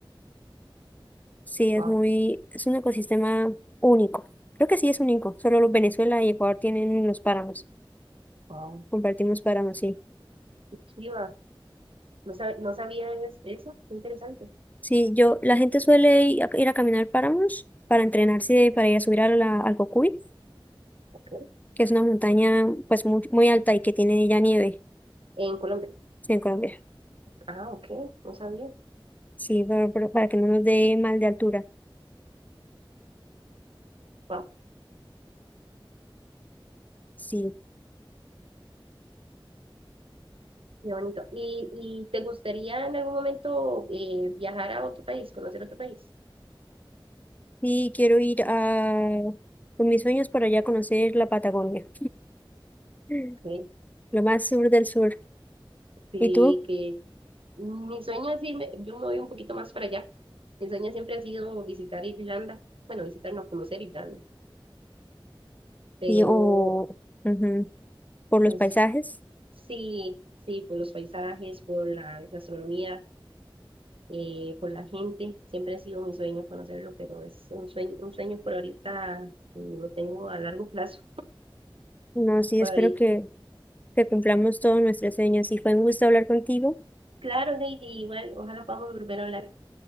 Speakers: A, on the left; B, on the right.
A: Sí, es
B: wow,
A: muy, es un ecosistema único. Creo que sí es único, solo los Venezuela y Ecuador tienen los páramos.
B: wow.
A: Compartimos páramos, sí.
B: Qué chiva. No, sab- no sabía es- eso, qué interesante.
A: Sí, yo, la gente suele ir a, ir a caminar páramos para entrenarse, y para ir a subir a la, al Cocuy,
B: Okay.
A: que es una montaña pues muy, muy alta y que tiene ya nieve,
B: En Colombia.
A: sí, en Colombia.
B: Ah, ok, no sabía.
A: Sí, pero, pero para que no nos dé mal de altura.
B: Wow,
A: Sí.
B: qué bonito. ¿Y, y te gustaría en algún momento eh, viajar a otro país, conocer otro país?
A: Y quiero ir a, con mis sueños por allá a conocer la Patagonia, <laughs>
B: Exacto.
A: lo más sur del sur.
B: Sí,
A: ¿Y tú?
B: que mi sueño es irme, yo me voy un poquito más para allá. Mi sueño siempre ha sido visitar Irlanda. Bueno, visitar, no conocer Irlanda, pero
A: Y, o, ujú, por los
B: es,
A: paisajes.
B: sí, sí, por los paisajes, por la gastronomía, eh, por la gente. Siempre ha sido mi sueño conocerlo, pero es un sueño, un sueño por ahorita que lo tengo a largo plazo.
A: No, sí,
B: Por
A: espero
B: ahorita.
A: que, que cumplamos todos nuestros sueños. Y fue un gusto hablar contigo.
B: Claro, Lady, igual, ojalá podamos volver a hablar.